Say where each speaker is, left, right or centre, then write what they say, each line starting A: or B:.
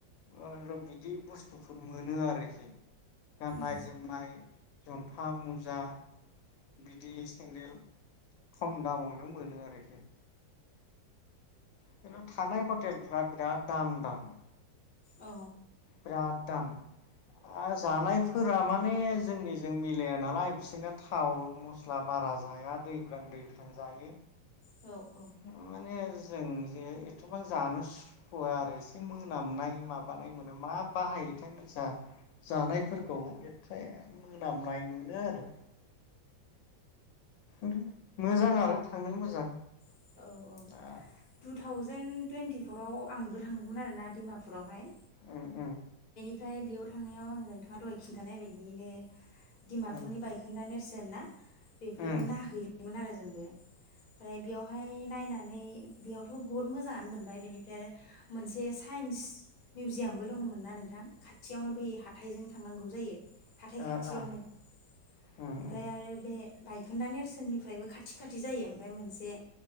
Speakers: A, on the left; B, on the left.
A: ओ बिदि बुस्थुफोर मोनो आरोखि गान्नाय
B: औ
A: जोमनाय जंथा मुजा बिदि सेन्देल खम दामावनो मोनो आरोखि। खिनथु थानाय हटेलफ्रा बिराद दाम दाम।
B: अ।
A: बिराद दाम आ जानायफोरा माने जोंनिजों मिलाया नालाय बिसोरनो थाव मस्ला बारा जाया दैब्रां दैथां जायो।
B: औ।
A: माने जों जे एथबां जानो सुखुवआ आरो एसे मोनामनाय माबानाय मोनो मा बाहायोथाय मिथिया। जानायफोरखौ एसे मोनामनाय मोनो आरो। ओम मोजां आरो थानो मोजां।
B: औ औ औ
A: आ
B: टु थावजेन टुइन्टिफराव आंबो थांदोंमोन आरोना डिमापुरावहाय।
A: उम उम।
B: ओमफ्राय बेयाव थांनायाव आङो नोंथाङा दहाय खिन्थानाय बायदियैनो डिमापुरनि
A: उम
B: बायखोन्दा नेरसन <unintelligible> बेफोरखौ
A: उम
B: नायहैनो मोन आरो जोंबो ओमफ्राय बेयावहाय नायनानै बेयावथ' बहुत मोजाङानो मोनबाय बेनिफ्राय आरो मोनसे साइन्स मिउजियामबो दङमोन ना नोंथां खाथियावनो बै हाथायजों थांनांगौ जायो। हाथाय खाथियावनो
A: आ आ
B: ओमफ्राय
A: उम उम
B: आरो बे बायखोन्दा नेरसोननिफ्रायबो खाथि खाथि जायो ओमफ्राय मोनसे